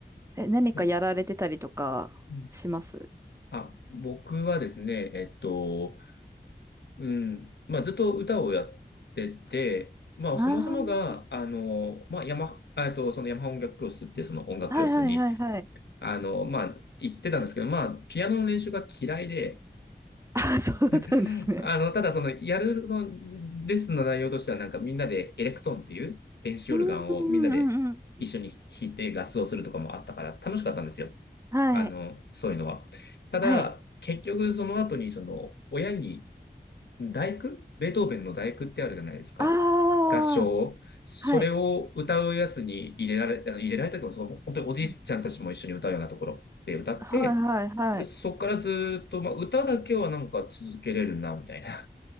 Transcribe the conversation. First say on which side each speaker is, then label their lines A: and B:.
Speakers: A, on the right (about 15°); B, on the left (about 75°).
A: え、何かやられてたりとかします
B: いですかうん。あ、僕はですね、えっと、うん、まあ、ずっと歌をやってて、まあ、
A: ああー、
B: そもそもが、あの、まあ、ヤマ、あえっと、そのヤマハ音楽教室っていうその音楽教室に、
A: はいはいはいはい。
B: あの、まあ、行ってたんですけど、まあ、ピアノの練習が嫌いで、
A: あ、そうだったんですね。
B: <laughs> あの、ただその、やる、その、レッスンの内容としては、なんかみんなでエレクトーンっていう電子オルガンをみんなで一緒に弾いて合奏するとかもあったから楽しかったんですよ。
A: うんうんうんうん。はい。
B: あの、そういうのは。ただ、
A: はい。
B: 結局その後にその親に第九ベートーベンの第九ってあるじゃないですか。
A: ああ、
B: 合唱。それを歌うやつに入れられ、
A: はい。
B: あの入れられたけど、その本当におじいちゃんたちも一緒に歌うようなところで歌って、
A: うんはいはいはい。
B: でそこからずーっと、まあ、歌だけはなんか続けれるな、みたいな。